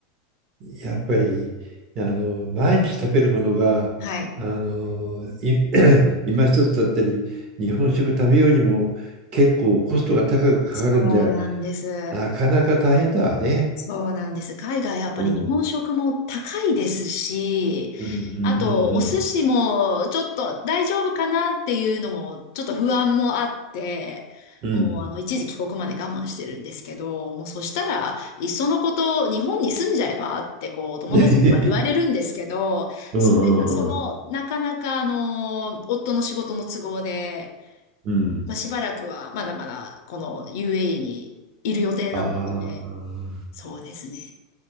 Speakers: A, on the right; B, on the left.
A: やっぱりあの毎日食べるものがあのい
B: はい。
A: <clears throat> 今一つだったり日本食食べようにも結構コストが高くかかるんじゃ
B: そうなんです。
A: なかなか大変だわね。
B: そうなんです。海外やっぱり日本食も高いですし、
A: うん。うんうん
B: あとお寿司もちょっと大丈夫かなっていうのもちょっと不安もあって、
A: うんうん。うん。
B: もうあの一時帰国まで我慢してるんですけど、もうそしたらいっそのこと日本に住んじゃえばってこう友達には言われるんですけど、
A: <laughs> うんうんうん。
B: それがそのなかなかあの夫の仕事の都合で、
A: うん。
B: まあ、しばらくはまだまだこの UAE にいる予定なので、
A: ああ。
B: そうですね。